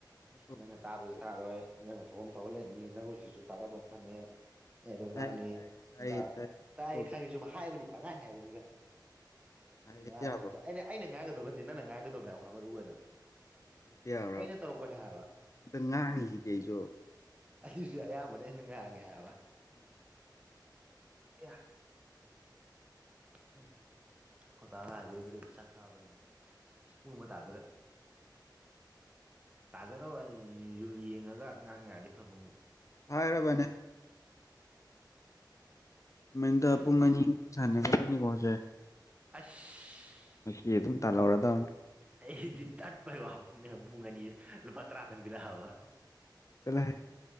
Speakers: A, on the left; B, on the right.
A: ꯐꯣꯇꯣ ꯑꯝꯇ
B: ꯅꯪꯅ
A: ꯊꯥꯔꯝꯒꯦꯕ
B: ꯇꯥꯕꯁꯨ ꯇꯥꯔꯣꯏ ꯅꯪꯅ ꯐꯣꯝ ꯊꯣꯛꯍꯜꯂꯅꯤ ꯅꯪ ꯍꯧꯖꯤꯛꯁꯨ ꯇꯥꯔ ꯈꯪꯉꯦ ꯑꯦ ꯑꯗꯨꯝ ꯉꯥꯡꯉ
A: ꯇꯥꯏ ꯇꯥꯏ ꯇꯥꯏꯌꯦ ꯇꯥꯏ
B: ꯇꯥꯛ
A: ꯐꯣꯇꯣ
B: ꯈꯪꯉꯤ
A: ꯑꯝꯇ
B: ꯁꯨꯝ ꯍꯥꯏꯕꯅꯤ ꯄꯪꯉꯥꯏ ꯍꯥꯏꯕꯅꯤꯕ ꯉꯥꯡꯉꯣ
A: ꯍꯦꯛꯇ ꯌꯥꯕ꯭ꯔꯣ
B: ꯍꯥꯏꯕꯗ ꯑꯩꯅ ꯑꯩꯅ ꯉꯥꯡꯒ ꯐꯗꯤ ꯅꯪ ꯉꯥꯏꯒꯗꯧ ꯃꯌꯥꯝꯈ ꯃꯔꯨ ꯑꯣꯏꯅ
A: ꯏꯇꯦ ꯍꯔꯥꯞ
B: ꯑꯩꯅ ꯇꯧꯔꯛꯄꯅꯦ ꯍꯥꯏꯕ
A: ꯑꯇ ꯉꯥꯡꯉꯤꯁꯤꯗꯤ ꯑꯩꯁꯨ
B: ꯑꯗꯨꯁꯨ ꯑꯌꯥꯝꯕꯅ ꯍꯦꯟꯅ ꯉꯥꯡꯉꯦ ꯍꯥꯏꯕ
A: ꯎꯝ
B: ꯑꯦꯌꯥ ꯎꯝ ꯑꯩꯈꯣꯏꯄ ꯉꯥꯏꯗꯣꯔꯤꯕꯗꯨ ꯆꯥꯛ ꯆꯥꯕꯒꯤ ꯑꯁ ꯄꯕ ꯇꯥꯗꯣꯔꯦ ꯇꯥꯖꯔꯣꯑꯣ ꯑꯩ ꯌꯨꯜ ꯌꯦꯡꯉꯒ ꯉꯥꯡ ꯌꯥ ꯌꯥꯔꯗꯤ ꯐꯕ ꯑꯃꯨꯛ
A: ꯍꯥꯏꯔꯣꯔꯕꯅꯦ
B: ꯑ
A: ꯎꯝ ꯃꯨꯅꯤꯡꯅꯤ
B: ꯑꯦ
A: ꯄꯣꯆꯦ
B: ꯑꯁ
A: ꯌꯦ ꯑꯗꯨꯝ ꯇꯂꯔꯗꯅꯤ
B: ꯑꯩꯗꯤ ꯇꯠꯄꯥꯏꯕ ꯄꯨꯡ ꯑꯅꯤ ꯂꯨꯄꯥ ꯇꯔꯥ ꯊꯪꯕꯤꯔꯛꯑꯕ
A: ꯐꯂ ꯍꯥꯏꯦ